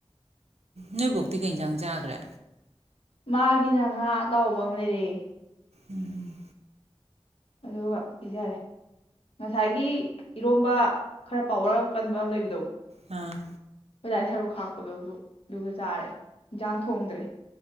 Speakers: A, on the right; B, on the left.
A: ꯅꯣꯏꯕꯣꯛꯇꯤ ꯀꯩ ꯌꯦꯟꯖꯥꯡ ꯆꯥꯒ꯭ꯔꯦ
B: ꯃꯥꯒꯤꯅ ꯉꯥ ꯑꯇꯥꯎꯕ ꯑꯃ ꯂꯩꯔꯦ
A: ꯎꯝ
B: ꯑꯗꯨꯒ ꯄꯤꯖꯔꯦ ꯉꯁꯥꯏꯒꯤ ꯏꯔꯣꯝꯕ ꯈꯔ ꯄꯥꯎꯋꯔ ꯑꯃ ꯀꯟꯕ ꯑꯃ ꯂꯩꯕꯗꯣ
A: ꯑ
B: ꯑꯩꯈꯣꯏꯗꯥꯒꯤ ꯁꯔꯨꯛ ꯈꯥꯛꯄꯗꯣ ꯑꯗꯨ ꯑꯗꯨꯒ ꯆꯥꯔꯦ ꯏꯟꯖꯥꯡ ꯊꯣꯡꯗ꯭ꯔꯦ